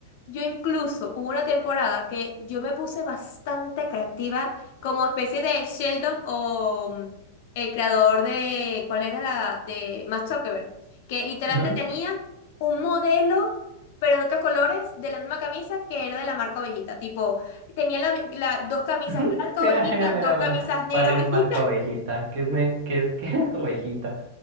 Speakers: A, on the left; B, on the right.
A: yo incluso hubo una temporada que yo me puse bastante creativa, como especie de Sheldon o mm, el creador de, ¿cuál era la? De Max Zuckerberg, que literalmente
B: Ujú.
A: tenía un modelo, pero en otros colores, de la misma camisa que era de la marca Ovejita. Tipo, tenía la, la- dos camisas
B: <laughs>
A: blancas
B: Mira,
A: Ovejita,
B: mira, mira,
A: dos camisas
B: mira.
A: negras
B: ¿Cuál es
A: Ovejita.
B: marca
A: <laughs>
B: ovejita? ¿Qué es, ne- qué es, <laughs> qué es ovejita?